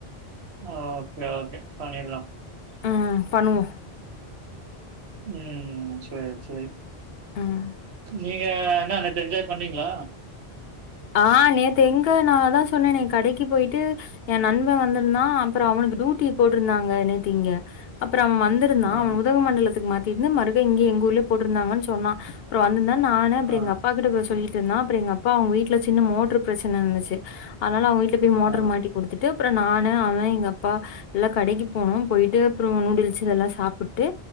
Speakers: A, on the right; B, on the left.
A: ஓகே ஓகே பண்ணிட்லா
B: ம் பண்ணுவோ
A: ம் சேரி சேரி
B: ம்.
A: நீங்க என்ன நேத்து என்ஜாய் பண்ணீங்களா
B: ஆ நேத்து எங்க நா தா சொன்னனே கடைக்கு போய்ட்டு எ நண்ப வந்துருந்தா அப்றோ அவனுக்கு டூட்டி போட்ருந்தாங்க நேத்து இங்க அப்றோ அவ வந்துருந்தா
A: ஆ,
B: அவன உதகமண்டலத்துக்கு மாத் திருந்த மறுக்க இங்க எங்க ஊர்லே போட்ருந்தாங்கன் சொன்னா அப்றோ வந்துந்தே நானு அப்றோ
A: ஆ,
B: எங்க அப்பாகிட்ட போய் சொல்லிட்ருந்தே அப்றோ எங்க அப்பா அவங்க வீட் ட்ல சின்ன மோட்டர் பிரச்சன இருந்துச்சு அனால அவங்கிட் திருப்பி மோட்டர்
A: ஆ.
B: மாட்டி கொடுத்துட்டு அப்புறோ நானு அவே எங்க அப்பா எல்லா கடைக்கு போனோம் போயிட்டு அப்புறோ நூடுல்ஸ் இது எல்லா சாப்டுட்டு